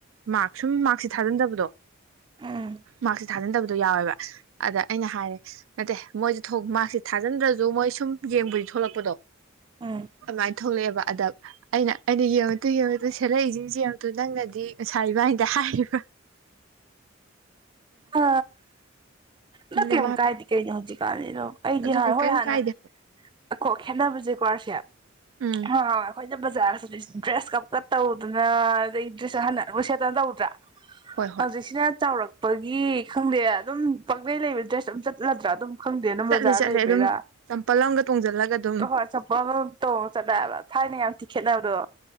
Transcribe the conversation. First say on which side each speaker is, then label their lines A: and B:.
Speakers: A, on the right; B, on the right.
A: ꯃꯥꯔꯛꯁ ꯁꯨꯝ ꯃꯥꯔꯛꯁꯁꯦ ꯊꯥꯖꯤꯟꯗꯕꯗꯣ
B: ꯎꯝ
A: ꯃꯥ ꯊꯥꯖꯤꯟꯗꯕꯗꯣ ꯌꯥꯎꯋꯦꯕ ꯑꯗ ꯑꯩꯅ ꯍꯥꯏꯔꯦ ꯅꯠꯇꯦ ꯃꯣꯏꯁꯦ ꯃꯍꯥꯛꯁꯦ ꯊꯥꯖꯤꯟꯗ꯭ꯔꯁꯨ ꯃꯣꯏ ꯁꯨꯝ ꯌꯦꯡꯕꯨꯗꯤ ꯊꯣꯛꯂꯛꯄꯗꯣ
B: ꯑ
A: ꯑꯗꯨꯃꯥꯏꯅ ꯊꯣꯛꯂꯛꯑꯦꯕ ꯑꯗ ꯑꯩꯅ ꯑꯩꯅ ꯌꯦꯡꯉꯛꯇꯨ ꯌꯦꯡꯉꯛꯇꯨ ꯁꯦꯠꯂꯛꯏꯁꯤ ꯌꯦꯡꯉꯛꯇꯨ ꯅꯪꯅꯗꯤ ꯉꯁꯥꯏ ꯏꯕꯥꯗ ꯍꯥꯏꯔꯤꯕ
B: ꯑ ꯅ
A: ꯑꯗꯨꯅꯦ
B: ꯀꯔꯤꯝ
A: ꯃꯥꯅ
B: ꯀꯥꯏꯗꯤ ꯀꯩꯅꯣ ꯍꯧꯖꯤꯛꯀꯥꯟꯅꯤꯗꯣ ꯑꯩꯗꯤ
A: ꯑꯗꯨꯅꯦ
B: ꯍꯥꯟꯅ ꯍꯣꯏ
A: ꯀꯔꯤꯝ
B: ꯍꯥꯟꯅ
A: ꯀꯥꯏꯗꯦ
B: ꯀꯣ ꯈꯦꯠꯅꯕꯁꯦꯀꯣꯔꯁꯦ
A: ꯎꯝ
B: ꯍꯣꯏ ꯑꯩꯅ ꯕꯖꯥꯔꯁꯤ ꯗ꯭ꯔꯦꯁ ꯀꯞ ꯀꯞ ꯇꯧꯗꯅ ꯑꯗꯩ ꯗ꯭ꯔꯦꯁ ꯍꯟꯅ ꯂꯣꯏ ꯁꯦꯠꯇꯅ ꯇꯧꯗ꯭ꯔꯥ
A: ꯍꯣꯏ ꯍꯣꯏ
B: ꯍꯧꯖꯤꯛꯁꯤꯅ ꯆꯥꯎꯔꯛ ꯄꯄꯒꯤ ꯈꯪꯗꯦ ꯑꯗꯨꯝ ꯄꯥꯛꯂꯩ ꯂꯩꯕ ꯗ꯭ꯔꯦꯁ ꯑꯗꯨꯝ ꯆꯠꯂꯗ꯭ꯔꯥ ꯑꯗꯨꯝ ꯈꯪꯗꯦ ꯅꯝ
A: ꯆꯠꯂꯤ
B: ꯕꯖꯥꯔ
A: ꯆꯠꯂꯤ
B: ꯂꯩꯕꯩꯔꯥ
A: ꯑꯗꯨꯝ ꯆꯝꯄꯜ ꯑꯃꯒ ꯇꯣꯡꯁꯤꯜꯂꯒ ꯑꯗꯨꯝ
B: ꯍ ꯍꯣꯏ ꯆꯄ ꯇꯧ ꯆꯠꯂꯛꯑꯦꯕ ꯊꯥꯏꯅ ꯌꯥꯝ ꯇꯤꯈꯦꯠꯅꯕꯅꯕꯗꯣ